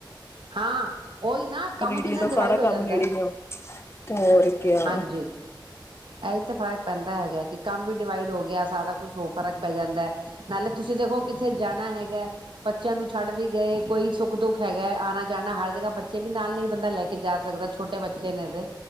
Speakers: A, on the right (about 75°); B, on the left (about 30°).
A: ਹਾਂ ਓਈ ਨਾ ਕੰਮ
B: ਨੇੜੀਏ
A: ਕਿੰਨਾ
B: ਦਾ
A: ਡਿਵਾਈਡ
B: ਸਾਰਾ
A: ਹੋ ਜਾਂਦਾ
B: ਕੰਮ ਨੇੜੀ
A: ਹੈ।
B: ਆ, ਤੇ ਹੋਰ ਕਿਆ
A: ਹਾਂਜੀ। ਇਹੀ ਤਾਂ ਫਰਕ ਪੈਂਦਾ ਹੈਗਾ, ਕਿ ਕੰਮ ਵੀ ਡਿਵਾਈਡ ਹੋ ਗਿਆ, ਸਾਰਾ ਕੁਛ ਹੋਰ ਫਰਕ ਪੈ ਜਾਂਦਾ ਹੈ। ਨਾਲੇ ਤੁਸੀਂ ਦੇਖੋ ਕਿੱਥੇ ਜਾਣਾ ਹੈਗਾ? ਬੱਚਿਆਂ ਨੂੰ ਛੱਡ ਵੀ ਗਏ, ਕੋਈ ਸੁੱਖ ਦੁੱਖ ਹੈਗਾ, ਆਉਣਾ ਜਾਣਾ ਹਰ ਜਗ੍ਹਾ, ਬੱਚੇ ਵੀ ਨਾਲ ਨਹੀਂ ਬੰਦਾ ਲੈ ਕੇ ਜਾ ਸਕਦਾ। ਛੋਟੇ ਬੱਚੇ ਨੇ ਇਹਦੇ,